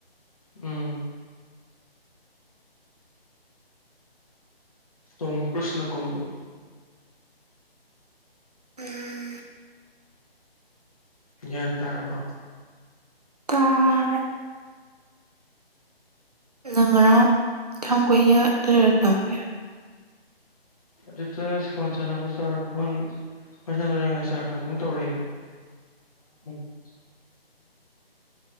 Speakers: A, on the left; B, on the right.
A: ꯎꯝ꯫ ꯇꯣꯝ ꯀ꯭ꯔꯨꯁꯅ ꯀꯨꯝꯕ
B: ꯎꯝ꯫
A: ꯒ꯭ꯌꯥꯟ ꯇꯥꯔꯕꯣ꯫
B: ꯇꯥꯔꯦ ꯅꯪ ꯉꯔꯥꯡ ꯀꯌꯥꯝ ꯀꯨꯏꯅ ꯂꯩꯔꯛꯇꯕꯒꯦ꯫
A: ꯑꯗꯨꯗ ꯐꯣꯟ ꯁꯥꯟꯅꯕ ꯆꯥꯔ ꯐꯣꯟ ꯁꯥꯟꯅ ꯆꯥꯔꯖ ꯉꯥꯛꯇꯪ ꯇꯧꯔꯦ꯫ <unintelligible>